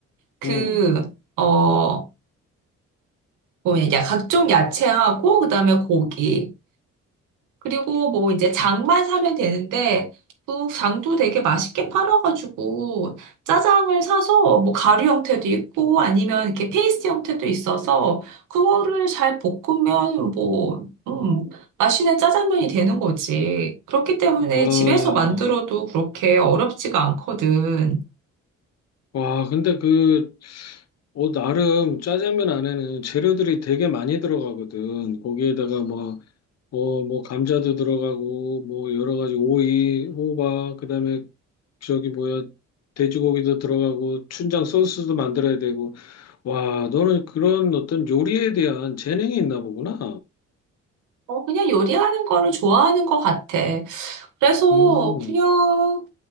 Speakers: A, on the right; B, on the left.
A: 그
B: 음.
A: 어 뭐냐 야- 각종 야채하고 그다음에 고기 그리고 뭐 이제 장만 사면 되는데 그 장도 되게 맛있게 팔아가지고 짜장을 사서 뭐 가루 형태도 있고 아니면 이렇게 페이스트 형태도 있어서 그거를 잘 볶으면 뭐 음, 맛있는 짜장면이 되는 거지. 그렇기 때문에
B: 와,
A: 집에서 만들어도 그렇게 어렵지가 않거든.
B: 와, 근데 그, 어, 나름 짜장면 안에는 재료들이 되게 많이 들어가거든. 거기에다가 뭐 어, 뭐, 감자도 들어가고, 뭐, 여러 가지 오이, 호박, 그 다음에 저기 뭐야, 돼지고기도 들어가고, 춘장 소스도 만들어야 되고. 와, 너는 그런 어떤 요리에 대한 재능이 있나 보구나.
A: 어, 그냥 요리하는 거를 좋아하는 것 같아. 그래서
B: 음,
A: 그냥